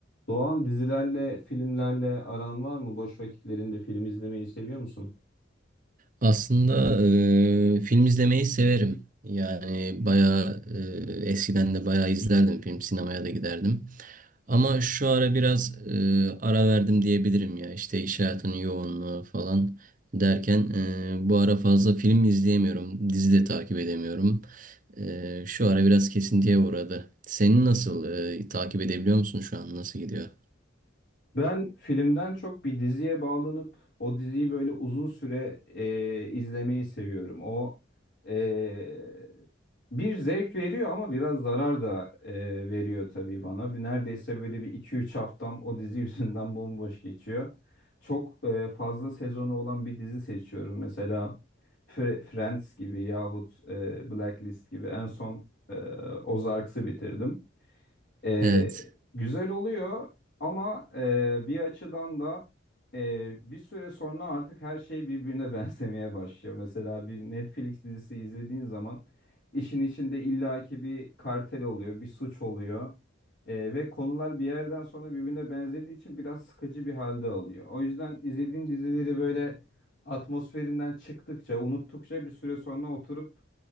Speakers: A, on the left (about 60°); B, on the right (about 40°).
A: Doğan dizilerle, filmlerle aran var mı? Boş vakitlerinde film izlemeyi seviyor musun?
B: Aslında e, film izlemeyi severim. Yani bayağı e, eskiden de bayağı izlerdim film, sinemaya da giderdim. Ama şu ara biraz e, ara verdim diyebilirim ya. İşte iş hayatının yoğunluğu falan derken e, bu ara fazla film izleyemiyorum. Dizi de takip edemiyorum. E, şu ara biraz kesintiye uğradı. Senin nasıl e, takip edebiliyor musun şu an? Nasıl gidiyor?
A: Ben filmden çok bir diziye bağlanıp o diziyi böyle uzun süre e, izlemeyi seviyorum. O e, bir zevk veriyor ama biraz zarar da e, veriyor tabii bana. Bir- Neredeyse böyle bir iki üç haftam o dizi <laughs> yüzünden bomboş geçiyor. Çok e, fazla sezonu olan bir dizi seçiyorum. Mesela Fre- Friends gibi yahut e, Blacklist gibi en son e, Ozarks'ı bitirdim. E,
B: Evet.
A: güzel oluyor ama e, bir açıdan da e, bir süre sonra artık her şey birbirine <laughs> benzemeye başlıyor. Mesela bir Netflix dizisi izlediğin zaman işin içinde illaki bir kartel oluyor, bir suç oluyor. E, ve konular bir yerden sonra birbirine benzediği için biraz sıkıcı bir halde alıyor. O yüzden izlediğim dizileri böyle atmosferinden çıktıkça, unuttukça bir süre sonra oturup